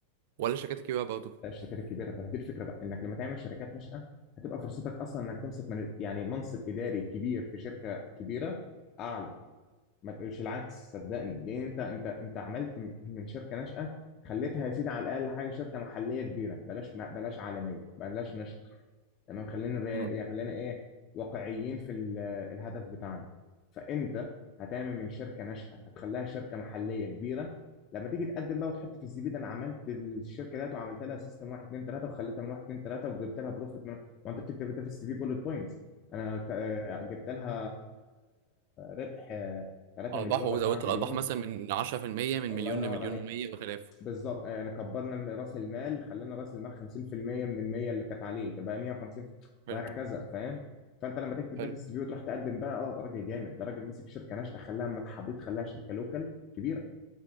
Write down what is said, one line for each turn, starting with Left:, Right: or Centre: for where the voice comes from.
Right: ولا الشركات الكبيره برضه
Left: لا الشركات الكبيره فدي الفكره بقى انك لما تعمل شركات ناشئه هتبقى فرصتك اصلا انك تمسك من يعني منصب اداري كبير في شركه كبيره اعلى ما تقولش العكس صدقني لان انت انت انت عملت م- من شركه ناشئه خليتها يا سيدي على الاقل حاجه شركه محليه كبيره بلاش بلاش عالميه بلاش ناشئه تمام خلينا ري-
Right: امم
Left: يعني خلينا ايه واقعيين في ال- الهدف بتاعنا فانت هتعمل من شركه ناشئه هتخليها شركه محليه كبيره لما تيجي تقدم بقى وتحط في السي في ده انا عملت الشركه ديت وعملت لها سيستم 1 2 3 وخليتها من 1 2 3 وجبت لها بروفيت من وانت بتكتب ده في السي في بولت بوينتس انا ك- آه، جبت لها ربح 3
Right: أرباح
Left: مليون
Right: وزودت
Left: 4 مليون
Right: الأرباح مثلا من 10% من
Left: الله
Right: مليون
Left: ينور
Right: لمليون
Left: عليك
Right: ومية وخلافه
Left: بالظبط آه، يعني كبرنا الم- راس المال خلينا راس المال 50% من ال 100 اللي كانت عليه تبقى 150
Right: حلو
Left: وهكذا فاهم فانت لما تكتب
Right: حلو
Left: ده في السي في وتروح تقدم بقى اه ده راجل جامد ده راجل مسك شركه ناشئه خلاها من الحضيض خلاها شركه لوكال كبيره